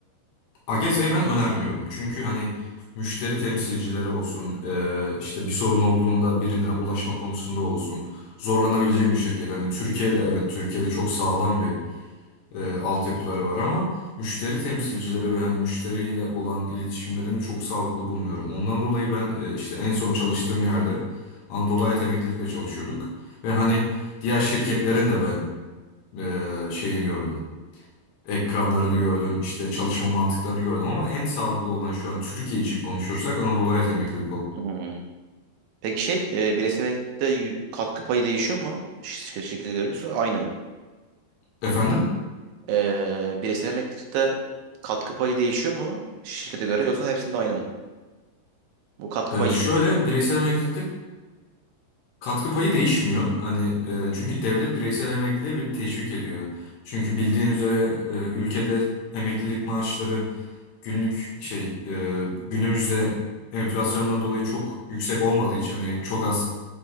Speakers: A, on the left; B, on the right.
A: AGS'yi ben önermiyorum. Çünkü hani müşteri temsilcileri olsun, e, işte bir sorun olduğunda birine ulaşma konusunda olsun, zorlanabileceğim bir şirket. Hani Türkiye'de evet Türkiye'de çok sağlam bir e, altyapıları var ama müşteri temsilcileri ve hani müşteriyle olan iletişimlerini çok sağlıklı bulmuyorum. Ondan dolayı ben e, işte en son çalıştığım yerde Anadolu Hayat Emeklilikle çalışıyorduk ve hani diğer şirketlerin de ben e, şeyini gördüm ekranlarını gördüm, işte çalışma mantıklarını gördüm ama en sağlıklı olan şu an Türkiye için konuşursak Anadolu Hayat Emeklilik olur.
B: Hmm. Peki şey e, bireysellikte yü- katkı payı değişiyor mu? Şirket şirkete göre yoksa aynı mı?
A: Efendim,
B: Ee, bireysel emeklilikte katkı payı değişiyor mu şirkete göre yoksa hepsinde aynı mı? Bu katkı
A: Ee,
B: payı...
A: şöyle bireysel emeklilik katkı payı değişmiyor. Hani e, çünkü devlet bireysel emekliliğe bir teşvik ediyor. Çünkü bildiğin üzere e, ülkede emeklilik maaşları günlük şey e, günümüzde enflasyondan dolayı çok yüksek olmadığı için hani çok az